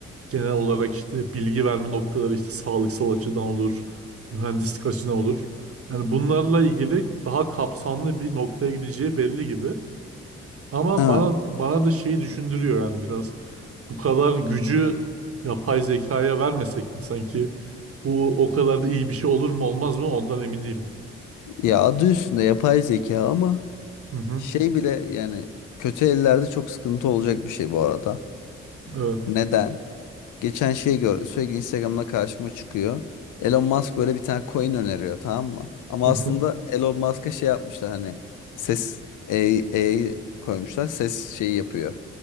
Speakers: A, on the right; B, on the left.
A: Genel olarak işte bilgi verme noktaları işte sağlıksal açıdan olur, mühendislik açıdan olur. Yani bunlarla ilgili daha kapsamlı bir noktaya gideceği belli gibi. Ama
B: Ha,
A: bana bana da şeyi düşündürüyor yani biraz bu kadar gücü yapay zekaya vermesek mi sanki bu o kadar da iyi bir şey olur mu olmaz mı ondan emin değilim.
B: ya adı üstünde yapay zeka ama
A: Hı hı.
B: şey bile yani kötü ellerde çok sıkıntı olacak bir şey bu arada.
A: Evet.
B: Neden? Geçen şey gör sürekli Instagram'da karşıma çıkıyor. Elon Musk böyle bir tane coin öneriyor tamam mı? Ama
A: Hı
B: aslında
A: hı.
B: Elon Musk'a şey yapmışlar hani ses AI, koymuşlar ses şeyi yapıyor.